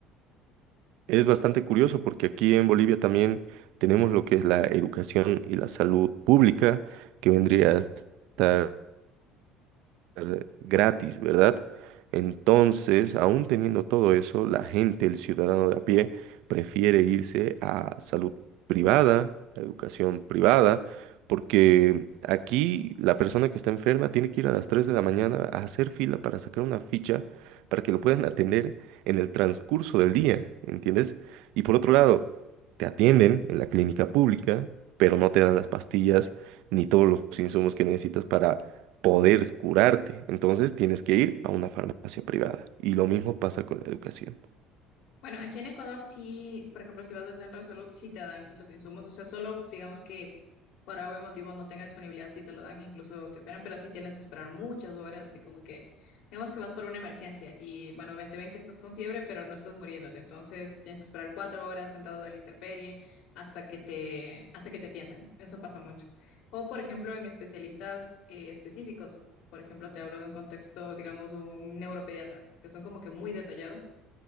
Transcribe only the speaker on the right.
Es bastante curioso porque aquí en Bolivia también tenemos lo que es la educación y la salud pública, que vendría a estar eh, gratis, ¿verdad? Entonces, aún teniendo todo eso, la gente, el ciudadano de a pie, prefiere irse a salud privada, a educación privada, porque aquí la persona que está enferma tiene que ir a las 3 de la mañana a hacer fila para sacar una ficha para que lo puedan atender en el transcurso del día, ¿entiendes? Y por otro lado, te atienden en la clínica pública, pero no te dan las pastillas ni todos los insumos que necesitas para poder curarte. Entonces tienes que ir a una farmacia privada. Y lo mismo pasa con la educación.